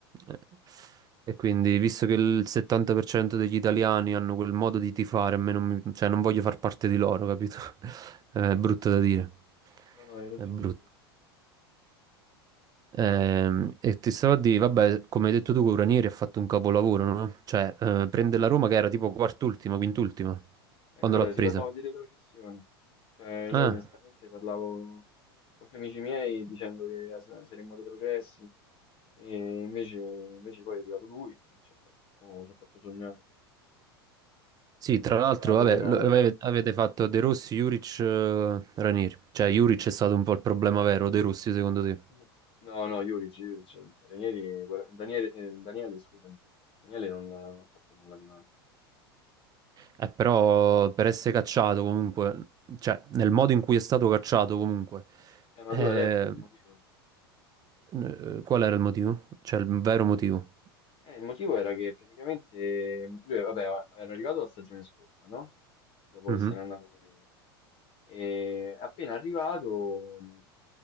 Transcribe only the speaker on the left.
Ci sta,
bravo.
No, no, hai ragione
invece.
No,
Eh,
guarda,
si parlava di retrocessione. Cioè,
io onestamente parlavo con gli amici miei dicendo che eh, sa- saremmo retrocessi e invece, invece poi è arrivato lui e ci ha fatto, oh, ci ha fatto sognare.
Peccato
però
ora.
<laughs>
No, no, Juric, Juric. Ranieri- Daniele, eh, Daniele, scusami. Daniele non, non ha fatto nulla di male.
Eh, ma
tu hai letto il motivo?
Eh, il motivo era che praticamente mh, lui, vabbè, era arrivato la stagione scorsa, no? Dopo
che se n'è andato Mourinho. E appena arrivato, mh,